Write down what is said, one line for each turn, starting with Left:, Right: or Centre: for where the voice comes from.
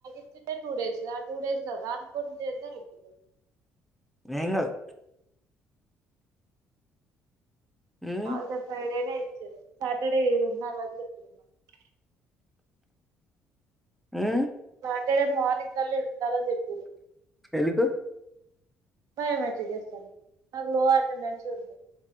Right: చ్చిందే టూ డేస్ ఆ టూ డేస్ ల రాను పోను జర్నీ అయిపోతది
Centre: ఏంగాదు ఉమ్
Right: అల్ దా ఫ్రైడే నే అయి చిరు సాటర్డే <unintelligible>
Centre: ఉమ్
Right: సాటర్డే మార్నింగ్ కల్ల ఈడుండాలని చెపిర్రు
Centre: ఎందుకు
Right: బయోమెట్రిక్ వేస్తారు మళ్ళీ నేను లంచే తినలే